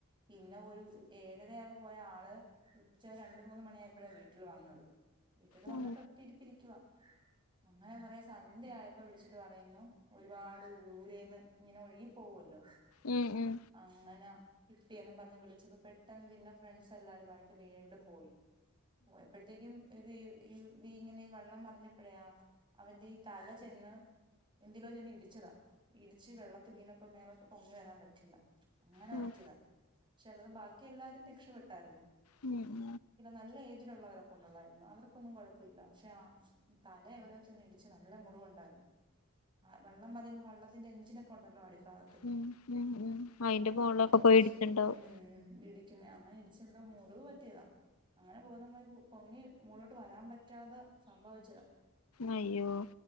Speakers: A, on the right; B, on the left.
A: പിന്നെ ഒരു ഏഴരയാവ് പോയ ആള് ഉച്ച രണ്ട്, മൂന്ന് മണിയായപ്പഴ വീട്ടിൽ വന്നത്. വീട്ടില് വന്നിട്ട്
B: ഉം
A: ഒറ്റ ഇരിപ്പിരിക്കുവ, അങ്ങനെ കൊറെ സന്ധ്യയപ്പോ വിളിച്ചിട്ട് പറയുന്നു, ഒരുപാട് ദൂരേന്ന്, ഇങ്ങനെ ഒഴുകി പോവല്ലോ,
B: ഉം ഉം
A: അങ്ങന, കിട്ടിയെന്നും പറഞ്ഞ് വിളിച്ചപ്പ പെട്ടെന്ന് പിന്നെ ഫ്രണ്ട്സ് എല്ലാരും ആട്ട് വീണ്ടും പോയി. പോയപ്പൾത്തേക്കും, ഇത് ഈ ഇ ഇങ്ങനെ ഈ വെള്ളം മറിഞ്ഞപ്പോഴേ അവന്റെ ഈ തല ചെന്ന്, എന്തിലോ ചെന്ന് ഇടിച്ചതാ ഇടിച്ച് വെള്ളത്തി വീണപ്പോ മേലോട്ട് പൊങ്ങി വരാൻ പറ്റിയില്ല, അങ്ങനെ
B: ഉം
A: പറ്റിയതാ പക്ഷെ അല്ലാതെ ബാക്കി എല്ലാരും രക്ഷപെട്ടായിരുന്നു,
B: ഉം ഉം
A: നല്ല ഏജിടുള്ളവരൊക്കൊണ്ടൊ കൊള്ളരു അവർക്കൊന്നും കൊഴപ്പല്ല പക്ഷെ തല എവിടൊ വെച്ച് ഒന്ന് ഇടിച്ച് നല്ല മുറിവ്ണ്ടായിരുന്നു, വള്ളം മറിയുമ്പോൾ വെള്ളത്തിന്റെ എഞ്ചിനൊക്കെ ഉണ്ടല്ലോ അടിഫാഗ ത്ത്
B: ഉം ഉം ഉം അയിന്റെ മോളിലൊക്കെ
A: അങ്ങനെ ഇടിച്ചു
B: പോയി ഇടിച്ചിണ്ടാവും
A: ഉം ഇടി ക്കുന്നെ അങ്ങനെ ഇടിച്ച് എന്തൊ മുറിവ് പറ്റിയതാ അങ്ങനെ ബോധം പോയി പൊങ്ങി മോളിലോട്ട് വരാൻ പറ്റാതെ സംഭവിച്ചത
B: അയ്യോ